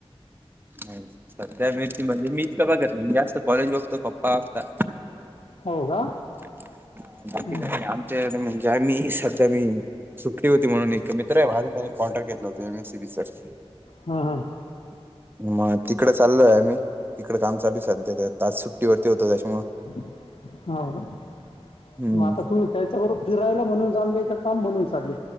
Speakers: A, on the right; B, on the left.
A: नाही सध्या मिची म्हणजे मीच बघतोय मी जास्त कॉलेज बघतो पप्पा बघता,
B: हो का
A: <unintelligible> बाकी
B: हं,
A: काय आमच्याकडे ज्या मी सध्या मी सुटी होती म्हणून एक मित्र आहे माझा. त्यांनी कॉन्टॅक्ट केला. <unintelligible>
B: हं, हं.
A: मग तिकडं चालोय आम्ही. तिकडं काम चालू सध्या तर आज सुट्टीवरती होतो त्याच्यामुळे
B: <unintelligible> मग
A: हम्म
B: आता तुम्ही त्याच्याबरोबर फिरायला म्हणून चाललेय, का काम म्हणून चालले